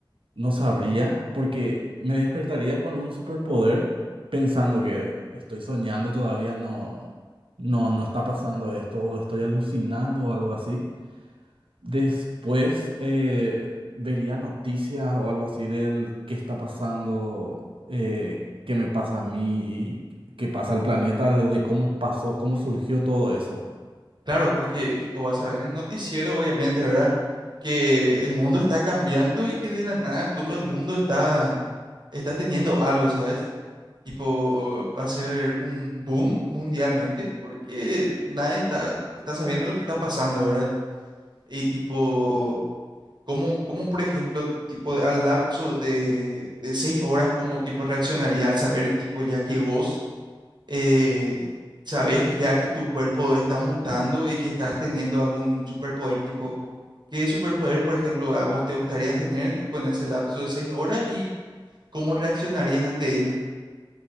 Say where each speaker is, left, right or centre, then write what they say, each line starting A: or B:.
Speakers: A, on the right; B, on the right.
A: no sabría porque me despertaría con un superpoder pensando que estoy soñando todavía, no, no, no está pasando esto, o estoy alucinando o algo así. Después eh, vería noticias o algo así del qué está pasando, eh, qué me pasa a mí, qué pasa al planeta, de cómo pasó, cómo surgió todo eso.
B: Claro, porque tipo vas a ver en el noticiero, obviamente, ¿verdad? Que el mundo está cambiando y que de la nada todo el mundo está, está teniendo algo, ¿sabes? Tipo, va a ser un boom mundialmente porque nadie está, está sabiendo lo que está pasando, ¿verdad? Y tipo... ¿Cómo, cómo, por ejemplo, tipo de- al lapso de, de seis horas, cómo tipo reaccionaría al saber, tipo, ya que vos eh, sabés que ya que tu cuerpo está mutando y que estás teniendo algún superpoder, tipo, ¿qué superpoder, por ejemplo, a vos te gustaría tener, tipo, en ese lapso de seis horas y cómo reaccionarías ante ello?